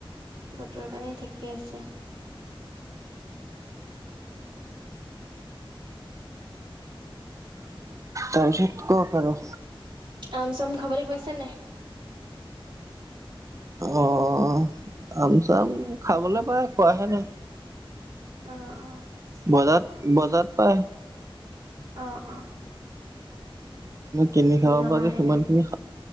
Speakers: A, on the right (about 60°); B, on the right (about 35°).
A: বতৰৰ পানী ঠিকেই আছে।
B: তাৰপিছত কক আৰু।
A: আম চাম খাবলে পাছ নে।
B: অ', আম চাম খাবলৈ পায় কোৱাহে নাই।
A: অ', অ।
B: বজাত বজাৰ পাই।
A: অ', অ'।
B: কিনি খাব
A: অনাহে
B: পৰাকে সিমান
A: নাই
B: খিনি খা